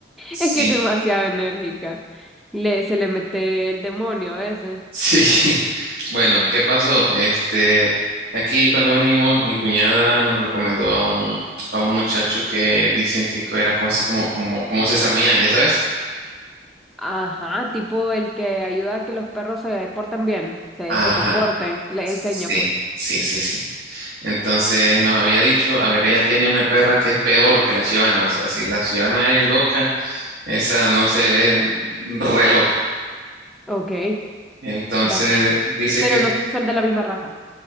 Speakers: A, on the right; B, in the centre.
A: Sí,
B: Es que es demasiado enérgica. Le, se le mete el demonio a veces.
A: sí. <laughs> Bueno, ¿qué pasó? Este, aquí cuando venimos, mi cuñada nos recomendó a un, a un muchacho que dicen que era como así como, como, como César Millán, ¿ya sabes?
B: Ajá, tipo el que ayuda a que los perros se porten bien, se,
A: Ajá.
B: se comporten, le
A: Sí,
B: enseña pues.
A: sí, sí, sí. Entonces nos había dicho, a ver, ella tiene una perra que es peor que la chivana, o sea, si la chivana es loca, esa no sé, es re loca.
B: Ok,
A: Entonces
B: da.
A: dice
B: Pero
A: que,
B: no son de la misma raza.